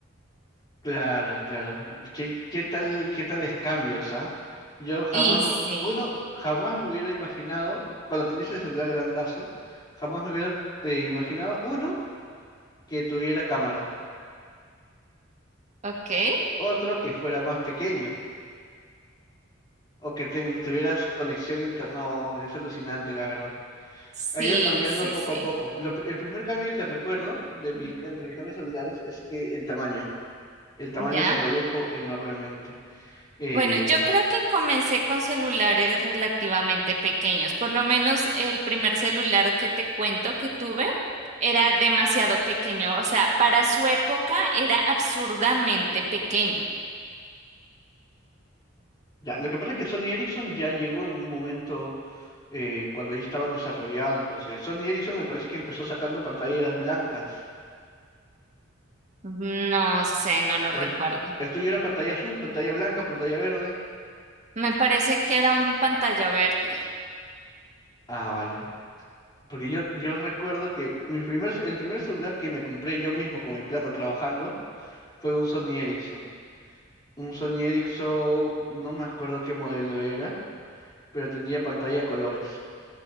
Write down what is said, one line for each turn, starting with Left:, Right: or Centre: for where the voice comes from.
Left: claro, claro. ¿Qué, qué tal, qué tales cambios, ah? Yo jamás,
Right: Y
Left: me-
Right: sí,
Left: uno, jamás me hubiera imaginado, cuando tenía ese celular grandazo, jamás me hubiera eh, imaginado, uno, que tuviera cámara.
Right: ok.
Left: Otro que fuera más pequeño o que ten- tuvieras conexión interna. No, es alucinante, la verdad.
Right: Sí,
Left: Ha ido cambiando
Right: sí,
Left: poco
Right: sí.
Left: a poco. Lo pr- el primer cambio que recuerdo de mis, entre mis cambios celulares es que el tamaño. El tamaño
Right: ¿Ya?
Left: se redujo enormemente. Eh,
Right: Bueno, yo creo que comencé con celulares relativamente pequeños. Por lo menos el primer celular que te cuento que tuve era demasiado pequeño. O sea, para su época era absurdamente pequeño.
Left: ya, lo que pasa es que Sony Ericsson ya llegó en un momento eh, cuando ya estaban desarrollándose. Sony Ericsson me parece que empezó sacando pantallas blancas.
Right: No sé, no lo
Left: Era-
Right: recuerdo.
Left: el tuyo era pantalla azul, pantalla blanca, pantalla verde.
Right: Me parece que era un pantalla verde.
Left: Ah, vale. Porque yo, yo recuerdo que mi primer, el primer celular que me compré yo mismo con mi plata trabajando fue un Sony Ericsson. Un Sony Ericsson, no me acuerdo qué modelo era, pero tenía pantalla a colores.